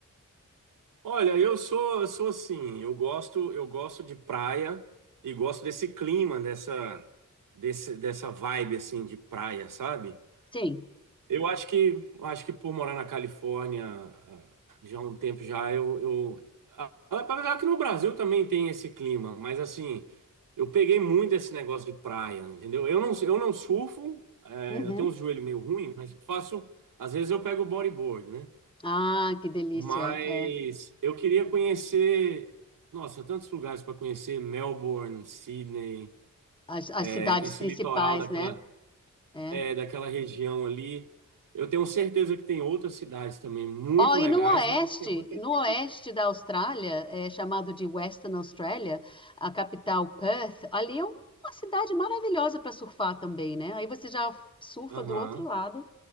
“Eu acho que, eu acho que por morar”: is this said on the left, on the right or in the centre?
Right